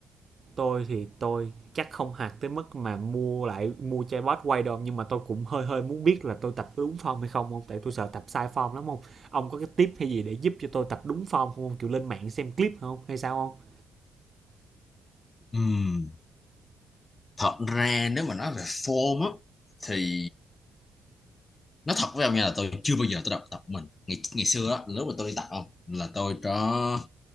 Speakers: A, on the right; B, on the left.
A: tôi thì tôi chắc không hạt tới mức mà mua lại mua chai bót quay đâu nhưng mà tôi cũng hơi hơi muốn biết là tôi tập đúng form hay không không tại tôi sợ tập sai form lắm không ông có cái tip hay gì để giúp cho tôi tập đúng form không ông kiểu lên mạng xem clip không hay sao không
B: Ừm, thật ra nếu mà nói về form á thì nói thật với ông nha là tôi chưa bao giờ tôi tập tập mình ngày ngày xưa á lúc mà tôi đi tập không là tôi có